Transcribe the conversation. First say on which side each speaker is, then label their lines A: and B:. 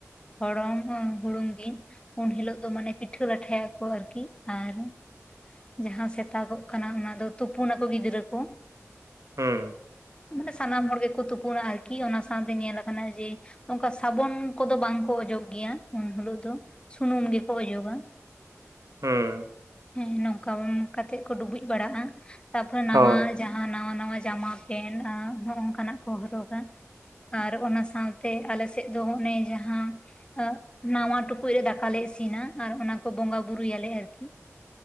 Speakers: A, on the left; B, on the right.
A: ᱦᱚᱲᱚᱝ ᱦᱚᱝ ᱦᱩᱲᱩᱝ ᱜᱤᱧ᱾ ᱩᱱ ᱦᱤᱞᱳᱜ ᱫᱚ ᱢᱟᱱᱮ ᱯᱤᱴᱷᱟᱹ ᱞᱟᱴᱷᱟᱭᱟ ᱠᱚ ᱟᱨᱠᱤ ᱟᱨ ᱡᱟᱦᱟᱸ ᱥᱮᱛᱟᱜᱚᱜ ᱠᱟᱱᱟ ᱚᱱᱟ ᱫᱚ ᱛᱩᱯᱩ ᱱᱟᱠᱚ ᱜᱤᱫᱽᱨᱟᱹ ᱠᱚ᱾
B: ᱦᱩᱸ᱾
A: ᱢᱟᱱᱮ ᱥᱟᱱᱟᱢ ᱦᱚᱲ ᱜᱮᱠᱚ ᱛᱩᱯᱩᱱᱟ ᱟᱨᱠᱤ ᱚᱱᱟ ᱥᱟᱶᱛᱮ ᱧᱮᱞᱟ ᱠᱟᱱᱟ ᱡᱮ ᱱᱚᱝᱠᱟ ᱥᱟᱵᱚᱱ ᱠᱚᱫᱚ ᱵᱟᱝᱠᱚ ᱚᱡᱚᱜ ᱜᱮᱭᱟ ᱩᱱ ᱦᱳᱞᱳᱜ ᱫᱚ᱾ ᱪᱷᱩᱱᱩᱢ ᱜᱮᱠᱚ ᱚᱡᱜᱟ᱾
B: ᱦᱩᱸ᱾
A: ᱦᱮᱸ ᱱᱚᱝᱠᱟ ᱵᱟᱲᱟ ᱠᱟᱛᱮᱜ ᱠᱚ ᱰᱩᱵᱩᱡ ᱵᱟᱲᱟᱜ-ᱟ ᱛᱟᱨᱯᱚᱨᱮ ᱱᱟᱣᱟ
B: ᱦᱳᱭ
A: ᱡᱟᱦᱟᱸ ᱱᱟᱣᱟ ᱱᱟᱣᱟ ᱡᱟᱢᱟ ᱯᱮᱱᱴ ᱟᱸᱻ ᱱᱚᱜ-ᱚ ᱱᱚᱝᱠᱟ ᱱᱟᱜ ᱠᱚ ᱦᱚᱨᱚᱜᱟ᱾ ᱟᱨ ᱚᱱᱟ ᱥᱟᱶᱛᱮ ᱟᱞᱮ ᱥᱮᱜ ᱫᱚ ᱦᱚᱸᱜ ᱚᱱᱮ ᱡᱟᱦᱟᱸ ᱚᱜ ᱱᱟᱶᱟ ᱴᱩᱠᱩᱡ ᱨᱮ ᱫᱟᱠᱟ ᱞᱮ ᱤᱥᱤᱱᱟ ᱟᱨ ᱚᱱᱟ ᱠᱚ ᱵᱚᱸᱜᱟ ᱵᱩᱨᱩ ᱭᱟᱞᱮ ᱟᱨᱠᱤ